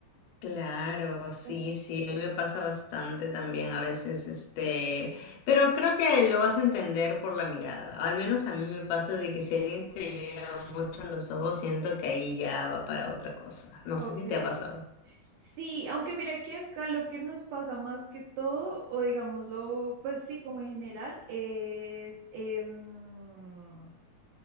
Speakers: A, on the left (about 80°); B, on the right (about 75°).
A: Claro, sí,
B: Ujú,
A: sí, a mí me pasa bastante también a veces, este, pero creo que lo vas a entender por la mirada, al menos a mí me pasa de que si alguien te mira mucho a los ojos, siento que ahí ya va para otra cosa, no
B: Ok.
A: sé si te ha pasado.
B: Sí, aunque mira que acá lo que nos pasa más que todo, o digámoslo, pues sí, como en general, es em,